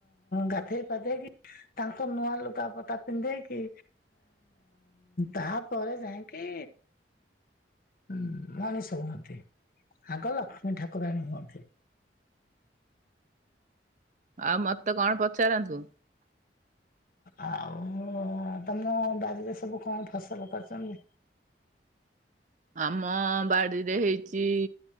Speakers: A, on the left (about 50°); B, on the right (about 45°).
A: ଗାଧେଇ ପାଧେଇକି ତାଙ୍କ ନୂଆ ଲୁଗାପଟା ପିନ୍ଧେଇକି ତାପରେ ଯାଇକି ହୁଁ ମଣିଷ ହୁଅନ୍ତି, ଆଗ ଲକ୍ଷ୍ମୀ ଠାକୁରାଣୀ ହୁଅନ୍ତି।
B: ଆଉ ମତେ କଣ ପଚାରନ୍ତୁ।
A: ଆଉ ତମ ବାାରରେ ସବୁ କଣ ଫସଲ କରିଛନ୍ତି?
B: ଆମ ବାଡିରେ ହେଇଛି